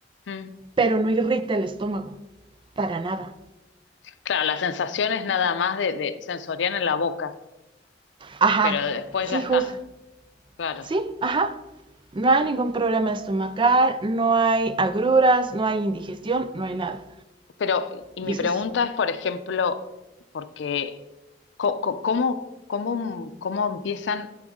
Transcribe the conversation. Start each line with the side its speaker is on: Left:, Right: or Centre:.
Left: Mm.
Right: pero no irrita el estómago. para nada.
Left: Claro, la sensación es nada más de, de sensorial en la boca,
Right: Ajá,
Left: pero después
Right: sí,
Left: ya está.
Right: justo.
Left: Claro.
Right: Sí, ajá. No hay ningún problema estomacal, no hay agruras, no hay indigestión, no hay nada.
Left: Pero, y
Right: Y
Left: mi
Right: eso
Left: pregunta
Right: es
Left: es, por ejemplo, porque co- co- ¿cómo, cómo, cómo empiezan